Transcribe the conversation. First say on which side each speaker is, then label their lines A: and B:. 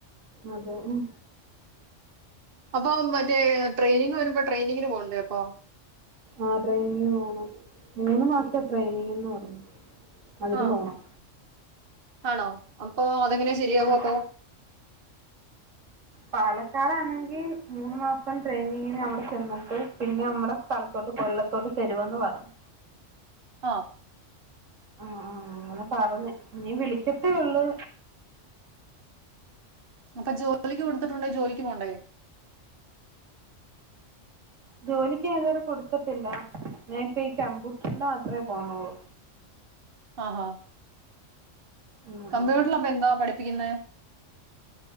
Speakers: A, on the right (about 85°); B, on the right (about 50°).
A: അതെ ഉം
B: അപ്പോ മറ്റേ ട്രെയിനിങ് വരുമ്പോ ട്രെയിനിങ്ങിന് പോണ്ടേ അപ്പോ?
A: ആ ട്രെയിനിങ് പോണം. മൂന്ന് മാസത്തെ ട്രെയിനിങ്ന്ന് പറഞ്ഞു. അതന്
B: ആഹ്
A: പോണം
B: ആണോ അപ്പോ അതെങ്ങനെ ശരിയാവ
A: ആ
B: അപ്പോ?
A: പാലക്കാടാണെങ്കി മൂന്ന് മാസം ട്രെയിനിങ്ങിന് അവടെ ചെന്നിട്ട് പിന്നെ നമ്മടെ സ്ഥലത്തോട്ട് കൊല്ലത്തോട്ട് തരുമെന്ന് പറഞ്ഞു.
B: ആ
A: ആ ആ അങ്ങനെ പറഞ്ഞ് ഇഞ്ഞീ വിളിക്കത്തേ ഒള്ളൂ.
B: അപ്പ ജോലിക്ക് കൊടുത്തിട്ടുണ്ടേ ജോലിക്ക് പോണ്ടേ?
A: ജോലിക്ക് ഇതുവരെ കൊടുത്തട്ടില്ല. ഞാൻ ഇപ്പ ഈ കമ്പ്യൂട്ടറിന് മാത്രേ പോണൊള്ളു.
B: ആഹ
A: ഉം
B: കമ്പ്യൂട്ടറില്
A: ഉം
B: അപ്പ എന്താ പഠി ഠിപ്പിക്കുന്നെ